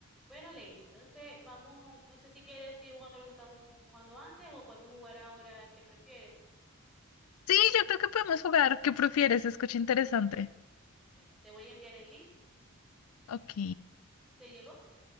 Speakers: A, in the centre; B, on the left.
A: Bueno, Lady, entonces vamos, no sé si quieres seguir jugando lo que estamos jugando antes o podemos jugar ahora que prefieres.
B: Sí, yo creo que podemos jugar. ¿Qué prefieres? Escucha interesante.
A: Bueno, te voy a enviar el link,
B: Ok.
A: ¿te llegó?